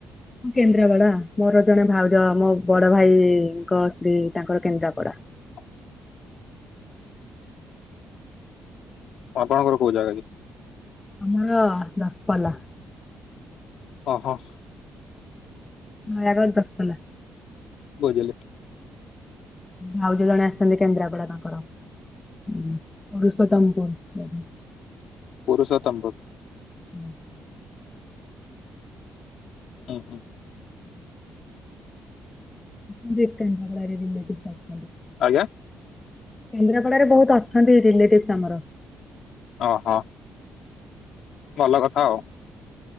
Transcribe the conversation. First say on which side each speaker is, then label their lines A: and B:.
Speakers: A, on the left; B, on the left.
A: ମୁଁ କେନ୍ଦ୍ରାପଡା ମୋର ଜଣେ ଭାଉଜ ମୋ ବଡ ଭାଇଙ୍କ ସ୍ତ୍ରୀ ତାଙ୍କର କେନ୍ଦ୍ରାପଡା।
B: ହ ଆପଣଙ୍କର କୋଉ ଜାଗା କି?
A: ଆମର ଦଶପଲ୍ଲା।
B: ଅହୋ।
A: ହଁ ଏହା ଘର ଦଶପଲ୍ଲା।
B: <unintelligible>
A: ଭାଉଜ ଜଣେ ଆସିଛନ୍ତି କେନ୍ଦ୍ରାପଡ଼ା ତାଙ୍କର। ହଁ ପୁରୁଷୋତ୍ତମପୁର।
B: ପୁରୁଷୋାତମପୁର।
A: ହୁଁ।
B: ହୁଁ ହୁଁ।
A: <unintelligible>
B: ଆଜ୍ଞା।
A: କେନ୍ଦ୍ରାପଡାାରେ ବହୁତ ଅଛନ୍ତି ରିଲେଟିଭସ ଆମର।
B: ଅହୋ। ଭଲ କଥା ଆଉ।